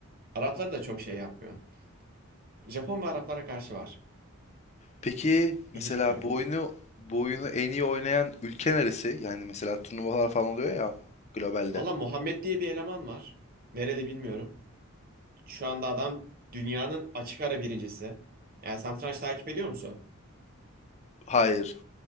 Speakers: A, on the right; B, on the left.
A: Arapları da çok şey yapmıyor. Japon ve Araplara karşı var.
B: Peki mesela
A: İlginç bir karakter.
B: bu oyunu bu oyunu en iyi oynayan ülke neresi? Yani mesela turnuvalar falan oluyor ya globalde.
A: Valla Muhammed diye bir eleman var. Nereli bilmiyorum. Şu anda adam dünyanın açık ara birincisi. Yani satranç takip ediyor musun?
B: Hayır.